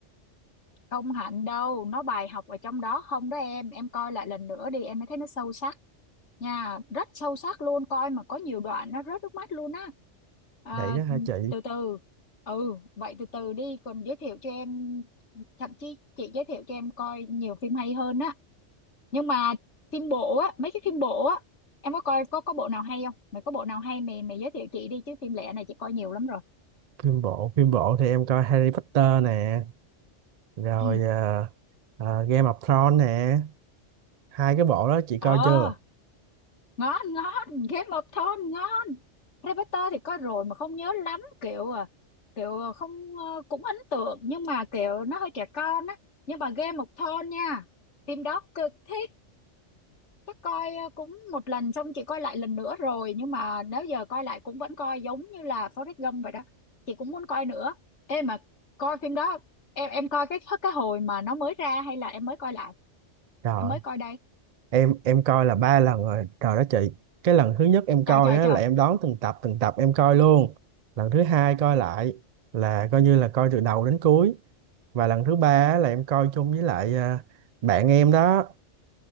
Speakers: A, on the left; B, on the right.
A: không hạnh đâu nó bài học ở trong đó không đó em em coi lại lần nữa đi em mới thấy nó sâu sắc nha rất sâu sắc luôn coi mà có nhiều đoạn nó rớt nước mắt luôn á à,
B: vậy đó hả chị
A: từ từ ừ vậy từ từ đi còn giới thiệu cho em thậm chí chị giới thiệu cho em coi nhiều phim hay hơn á nhưng mà phim bộ á mấy cái phim bộ á em có coi có có bộ nào hay không mày có bộ nào hay mày mày giới thiệu chị đi chứ phim lẻ này chị coi nhiều lắm rồi
B: phim bộ phim bộ thì em coi Harry Potter nè rồi
A: ừ
B: ờ, ờ, Game of Thrones nè hai cái bộ đó chị
A: ờ
B: coi chưa
A: ngon ngon Game of Thrones ngon Harry Potter thì coi rồi mà không nhớ lắm kiểu à kiểu à, không ờ, cũng ấn tượng nhưng mà kiểu nó hơi trẻ con á nhưng mà Game of Thrones nha phim đó cực thích chắc coi ờ, cũng một lần xong chị coi lại lần nữa rồi nhưng mà nếu giờ coi lại cũng vẫn coi giống như là Forrest Gump vậy đó chị cũng muốn coi nữa Ê mà coi phim đó em em coi cái cái hồi mà nó mới ra hay là em mới coi lại
B: rồi
A: em mới coi đây
B: em em coi là ba lần rồi rồi đó chị cái lần thứ nhất em coi
A: trời trời
B: á
A: trời
B: là em đón từng tập từng tập em coi luôn lần thứ hai coi lại là coi như là coi từ đầu đến cuối và lần thứ ba á, là em coi chung với lại à, bạn em đó